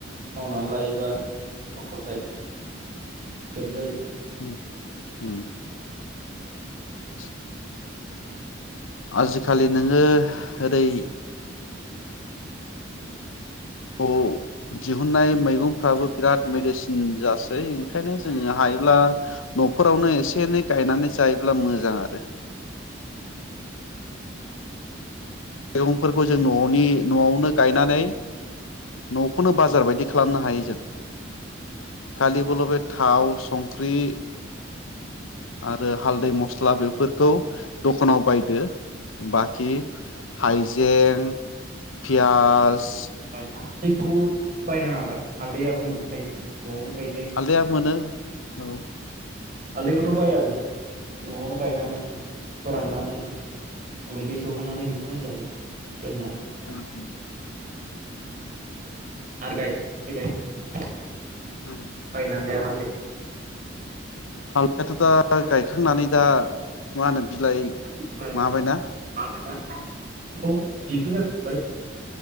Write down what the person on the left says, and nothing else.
उम उम <inaudible> आजिखालि नोङो ओरै खौ दिहुनन्नाय मैगंफ्राबो बिराद मेडिसिन जासै ओंखायनो जोङो हायोब्ला न'फोरावनो एसे एनै गायनानै जायोब्ला मोजां आरो। मैगंफोरखौ जों न'नि न'आवनो गायनानै न'खौनो बाजार बायदि खालामनो हायो जों कालि बलबे थाव संख्रि आरो हालदै मस्ला बेफोरखौ दखानाव बायदो बाखि हायजें पियाज
हालदैयाबो मोनो औ।
ओ उम।
उम।
हालदैयाथ' दा गायखांनानै दा मा होनो बिलाइ
माबायना